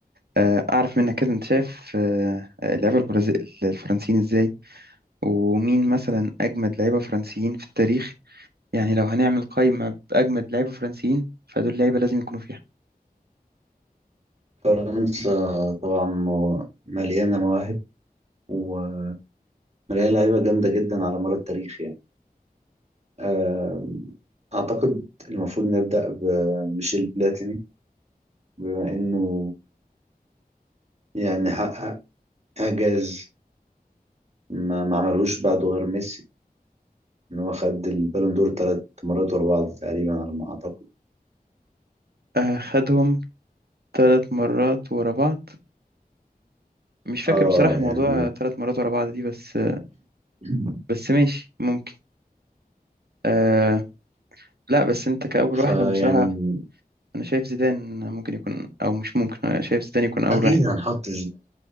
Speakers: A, on the right; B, on the right.
A: آه، اعرف منك كده انت شايف آه، آه، اللعيبه البرازيل الفرنسيين ازاي ومين مثلا أجمد لعيبة فرنسيين في التاريخ يعني لو هنعمل قائمة بأجمد لعيبة فرنسيين فدول لعيبة لازم يكونوا فيها
B: فرنسا طبعا مو- مليانه مواهب ومليانه لعيبه جامده جدا على مر التاريخ يعني آه، اعتقد المفروض نبدا بميشيل بلاتيني بما انه يعني حقق اعجاز ما ما عملهوش بعده غير ميسي ان هو خد البالون دور ثلاث مرات ورا بعض تقريبا على ما اعتقد
A: آه، خدهم ثلاث مرات ورا بعض مش فاكر
B: اه
A: بصراحة
B: يعني
A: موضوع ثلاث مرات ورا بعض دي بس
B: <clears throat>
A: بس ماشي ممكن آه لا بس أنت كأول
B: فيعني
A: واحد أنا بصراحة أنا شايف زيدان ممكن يكون أو مش ممكن أنا شايف زيدان يكون أول
B: اكيد
A: واحد
B: هنحط